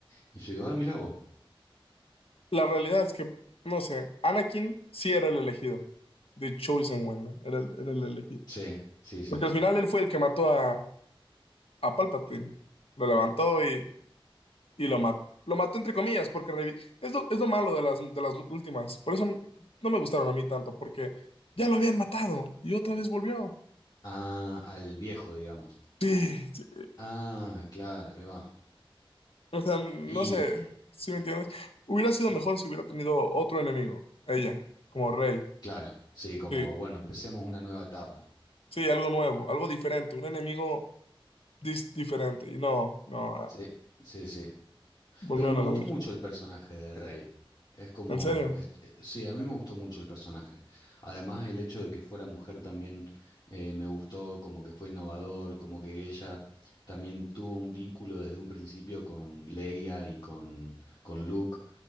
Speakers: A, on the left (about 45°); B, on the left (about 80°).
A: y yo digo, ah, mira vos.
B: la realidad es que, no sé, Anakin sí era el elegido, The Chosen One, ¿no? Era el, era el elegido.
A: Sí, sí, sí.
B: Porque al final él fue el que mató a, a Palpatine. Lo levantó y, y lo mató. Lo mató entre comillas, porque revi- es lo, es lo malo de las, de las últimas. Por eso no me gustaron a mí tanto, porque ya lo habían matado y otra vez volvió.
A: Ah, al viejo, digamos.
B: Sí, sí.
A: Ah, claro, ahí va.
B: O sea, no
A: Y
B: sé si me entiendes. Hubiera sido mejor si hubiera tenido otro enemigo, ella, como rey.
A: claro, sí, como,
B: Sí,
A: bueno, empecemos una nueva etapa.
B: sí, algo nuevo, algo diferente, un enemigo dis- diferente. Y no, no, ah,
A: Sí, sí, sí.
B: volvieron
A: Pero me
B: a
A: gustó
B: lo mismo.
A: mucho el personaje de Rey. Es como,
B: ¿En serio?
A: este, sí, a mí me gustó mucho el personaje. Además, el hecho de que fuera mujer también eh, me gustó, como que fue innovador, como que ella también tuvo un vínculo desde un principio con Leia y con, con Luke,